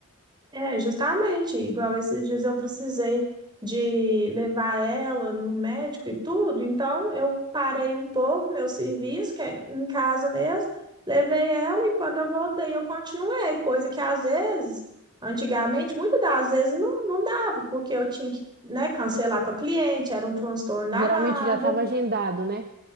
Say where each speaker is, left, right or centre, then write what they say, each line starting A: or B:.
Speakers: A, on the right; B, on the right.
A: É, justamente, igual esses dias eu precisei de levar ela no médico e tudo, então eu parei um pouco meu serviço, que é em casa mesmo, levei ela e quando eu voltei eu continuei, coisa que às vezes, antigamente, muitas das vezes não, não dava, porque eu tinha que, né, cancelar com a cliente, era um transtorno
B: Geralmente
A: danado.
B: já estava agendado, né?